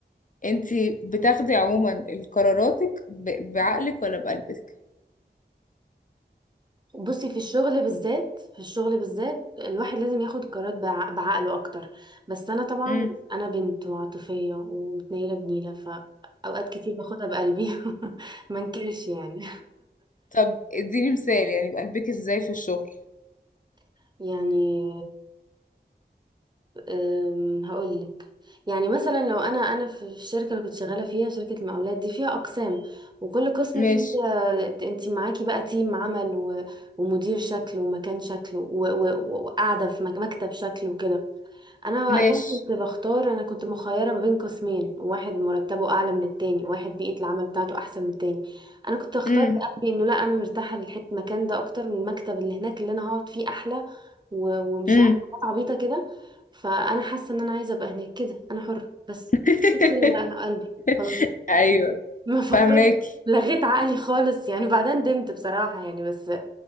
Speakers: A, on the left; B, on the right.
A: انتي بتاخدي عموما قراراتك ب- بعقلك ولا بقلبك
B: بصي في الشغل بالذات في الشغل بالذات الواحد لازم ياخد قرارات بع- بعقله اكتر بس انا طبعا
A: امم
B: انا بنت وعاطفية ومتنيلة بنيلة فاوقات كتير باخدها بقلبي <laughs> ما انكرش يعني
A: طب اديني مثال يعني بقلبك ازاي في الشغل
B: <laughs> يعني أم، هقولك يعني مثلا لو انا انا في الشركه اللي كنت شغاله فيها شركه المقاولات دي فيها اقسام وكل قسم
A: ماشي
B: فيه انت معاكي بقى تيم عمل و- ومدير شكل ومكان شكل و- و- وقاعده في مك- مكتب شكل وكده انا وقتها
A: ماشي
B: كنت بختار انا كنت مخيره ما بين قسمين واحد مرتبه اعلى من التاني واحد بيئه العمل بتاعته احسن من التاني انا كنت اختار
A: امم
B: قلبي انه لا انا مرتاحه للحته المكان ده اكتر من المكتب اللي هناك اللي انا هقعد فيه احلى و... ومش
A: امم
B: عارفه حاجات عبيطه كده فانا حاسه ان انا عايزه ابقى هناك كده انا حره بس
A: <laughs>
B: كده ورقه قلبي خلاص
A: ايوه
B: <laughs> ما فكرت
A: فهماكي
B: لغيت عقلي خالص يعني بعدين ندمت بصراحه يعني بس